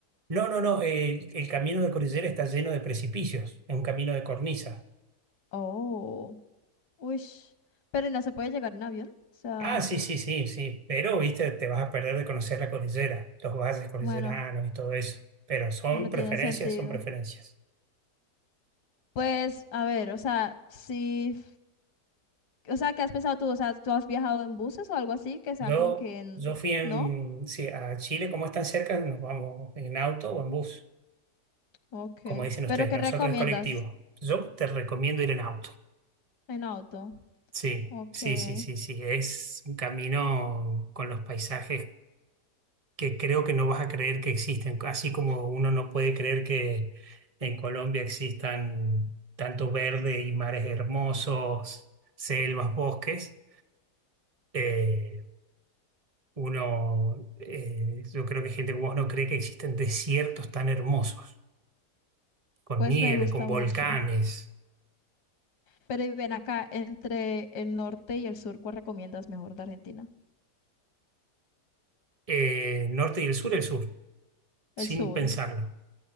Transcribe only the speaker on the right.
No, no, no. El, el camino de cordillera está lleno de precipicios. Es un camino de cornisa.
Ah, sí, sí, sí, sí, pero viste, te vas a perder de conocer la cordillera, los valles cordilleranos
y todo eso. Pero son
preferencias,
son preferencias.
Yo,
yo fui en,
sí, a Chile, como es tan cerca, nos vamos en auto o en bus,
como dicen ustedes,
nosotros
es colectivo. Yo te recomiendo ir en auto.
Sí,
sí, sí, sí, sí, es un camino con los paisajes que creo que no vas a creer que existen, así como uno no puede creer que en Colombia existan tanto verde y mares hermosos, selvas, bosques. eh, uno, eh, yo creo que gente como vos no cree que existen desiertos tan hermosos, con
nieve,
con volcanes,
eh, norte y el sur, el sur, sin
pensarlo.